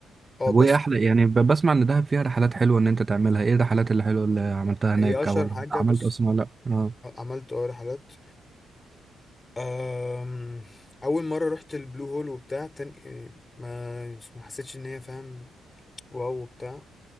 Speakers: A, on the left; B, on the right.
A: اه
B: طب
A: بس
B: وايه احلى يعني ب- بسمع ان دهب فيها رحلات حلوه ان انت تعملها ايه الرحلات اللي حلوه اللي عملتها هناك
A: هي اشهر
B: او اللي
A: حاجه
B: عملت
A: بص
B: اصلا ولا لا اه
A: عملت اه رحلات أم، اول مره رحت البلو هول وبتاع تاني ما ما حسيتش ان هي فاهم واو وبتاع